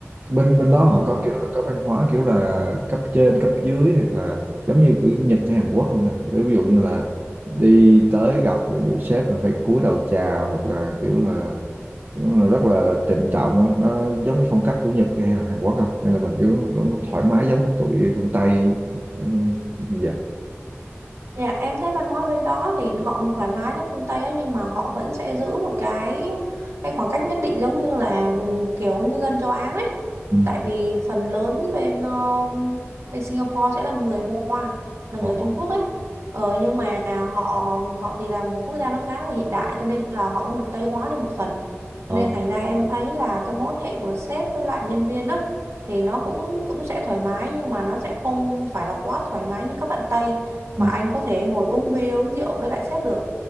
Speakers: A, on the right; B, on the right.
A: Bên bên đó họ
B: ừ.
A: có kiểu là có văn hóa kiểu là cấp trên cấp dưới hoặc là giống như kiểu Nhật hay Hàn Quốc không nè Kiểu ví dụ như là đi tới gặp ví dụ sếp là phải cúi đầu chào hoặc là kiểu là kiểu là rất là trịnh trọng á nó giống như phong cách của Nhật hay là Hàn Quốc không hay là mình kiểu, kiểu thoải mái giống tụi phương Tây ừ, dạ
B: Dạ em thấy văn hóa bên đó thì họ cũng thoải mái giống phương Tây á nhưng mà họ vẫn sẽ giữ một cái cái khoảng cách nhất định giống như là kiểu ngư dân châu Á ấy.
A: Ừ.
B: Tại vì phần lớn bên ờ, bên Singapore sẽ là người Hoa, là
A: Ờ.
B: người Trung Quốc ấy. Ờ, nhưng mà họ họ thì là một quốc gia nó khá là hiện đại cho nên là họ cũng được Tây hóa đi một phần.
A: Ờ.
B: Cho nên thành ra em thấy là cái mối quan hệ của sếp với lại nhân viên á thì nó cũng cũng sẽ thoải mái nhưng mà nó sẽ không phải là quá thoải mái như các bạn Tây mà
A: Ừ.
B: anh có thể ngồi uống bia uống rượu với lại sếp được